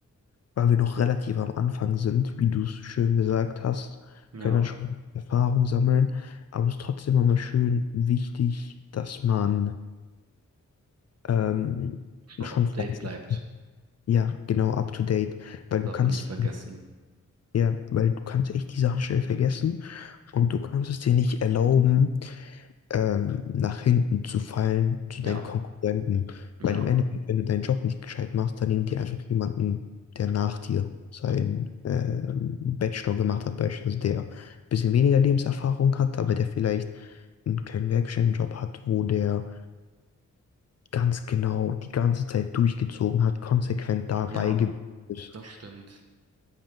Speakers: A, on the left; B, on the right.
A: weil wir noch relativ am Anfang sind, wie du es schön gesagt hast,
B: Ja,
A: können dann schon Erfahrung sammeln. Aber es ist trotzdem immer schön wichtig, dass man ähm,
B: schon
A: schon
B: up to
A: fleißig,
B: date bleibt.
A: ja, genau, up to date, weil du
B: Darf
A: kannst,
B: man nicht vergessen.
A: ja, weil du kannst echt die Sachen schnell vergessen und du kannst es dir nicht erlauben, ähm, nach hinten zu fallen zu
B: Ja,
A: deinen Konkurrenten.
B: ja,
A: Weil im Endeffekt, wenn du deinen Job nicht gescheit machst, dann nehmen die einfach jemanden, der nach dir seinen ähm, Bachelor gemacht hat, beispielsweise, der ein bisschen weniger Lebenserfahrung hat, aber der vielleicht einen kleinen Werkstättenjob hat, wo der ganz genau die ganze Zeit durchgezogen hat, konsequent dabei
B: ja,
A: geblieben ist.
B: das stimmt.